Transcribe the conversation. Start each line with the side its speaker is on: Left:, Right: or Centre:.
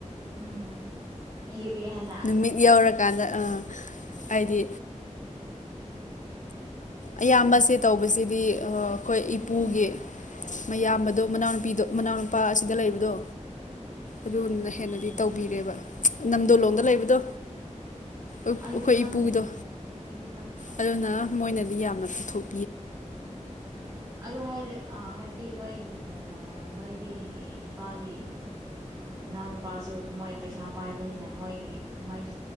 Right: ꯎꯝ ꯄꯤꯒꯦ ꯄꯤꯒꯦ ꯍꯥꯏꯅ
Left: ꯅꯨꯃꯤꯠ ꯌꯧꯔꯀꯥꯟꯗ ꯑꯥ ꯍꯥꯏꯗꯤ ꯑꯌꯥꯝꯕꯁꯦ ꯇꯧꯕꯁꯤꯗꯤ ꯑꯩꯈꯣꯏ ꯏꯄꯨꯒꯤ ꯃꯌꯥꯝꯕꯗꯣ ꯃꯅꯥꯎꯅꯨꯄꯤꯗꯣ ꯃꯅꯥꯎꯅꯨꯄꯥ ꯑꯁꯤꯗ ꯂꯩꯕꯗꯣ ꯑꯗꯨꯅ
Right: ꯀꯅꯥꯔꯣ
Left: ꯍꯦꯟꯅꯗꯤ ꯇꯧꯕꯤꯔꯦꯕ
Right: ꯑꯣ
Left: ꯅꯝꯗꯣꯂꯣꯡꯗ
Right: ꯑꯣ
Left: ꯂꯩꯕꯗꯣ꯫ ꯑꯩꯈꯣꯏ
Right: ꯑꯩꯗꯤ ꯈꯪꯗ꯭ꯔꯦ
Left: ꯏꯄꯨꯗꯣ
Right: ꯑꯩꯗꯤ
Left: ꯑꯗꯨꯅ ꯃꯣꯏꯅ ꯌꯥꯝꯅ ꯄꯨꯊꯣꯛ꯫
Right: ꯎꯝ ꯑꯗꯨ ꯍꯥꯏ ꯑ ꯍꯥꯏꯕꯗꯤ ꯅꯣꯏ꯫ ꯅꯅ ꯅꯣꯏꯒꯤ ꯏꯄꯥꯒꯤ ꯃ ꯃꯅꯥꯎꯅꯨꯄꯥꯁꯨ ꯃꯣꯏ ꯄꯩꯁꯥ ꯄꯥꯏꯕꯅꯤꯅ ꯃꯣꯏꯒꯤ ꯃꯥꯏꯁꯨ